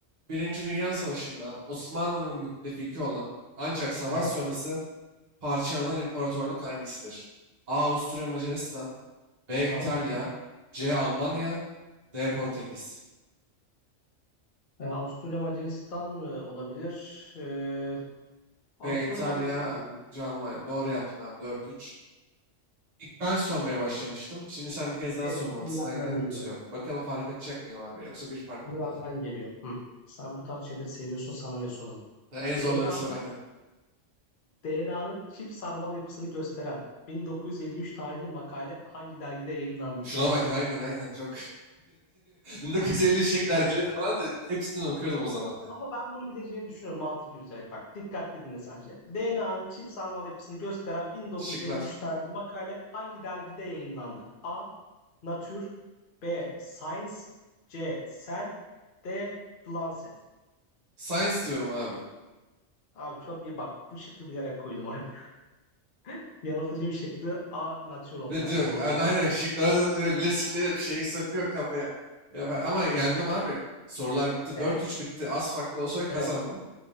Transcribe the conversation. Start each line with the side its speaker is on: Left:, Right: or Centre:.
Right: Birinci Dünya Savaşı'nda Osmanlı'nın müttefiki olan ancak savaş
Left: Aha,
Right: sonrası parçalanan imparatorluk hangisidir? A. Avusturya Macaristan B. İtalya
Left: aha.
Right: C. Almanya D. Portekiz
Left: Ee, Avusturya Macaristan mı olabilir? Ee, Avusturya
Right: B. İtalya
Left: Macaristan değil mi?
Right: C. Almanya. Doğru yaptın abi dört üç. İlk ben sormaya başlamıştım. Şimdi sen bir kez daha
Left: Evet
Right: sormalısın.
Left: şimdi benden
Right: Aynen
Left: geliyor.
Right: bitiyor. Bakalım fark açacak mıyım abi? Yoksa bir fark
Left: Şimdi
Right: mı
Left: benden
Right: kalacak?
Left: geliyor. Hı. Sen bu tarz şeyleri seviyorsun sana öyle soralım.
Right: Ha, en zorları
Left: DNA'nın
Right: sor aynen.
Left: DNA'nın <laughs> çift sarmal yapısını gösteren 1953 tarihli makale hangi dergide yayınlandı?
Right: Şuna bak aynen aynen. Çok <laughs> 1953'teki dergileri falan da hepsini okuyordum o zamanlar.
Left: Ama ben bunu bileceğini düşünüyorum mantık yürüterek bak. Dikkatli dinle sadece. DNA'nın çift sarmal yapısını gösteren 1953
Right: Şıklar.
Left: tarihli makale hangi dergide yayınlandı? A. Nature B. Science C. Cell D. The Lancet.
Right: Science diyorum abi.
Left: Abi çok iyi bak. Bu şıkkı bilerek koydum oraya. <laughs> Yanıltıcı bir şıktı. A. Nature olacaktı
Right: Ve diyor
Left: doğru
Right: yani
Left: cevap.
Right: aynen şıklara da görebilirsin diye de bir şey sokuyor kafaya. Yapar. Ama yendim abi. Sorular bitti.
Left: Evet.
Right: dört üç bitti. Az farklı olsa kazandım.
Left: Evet.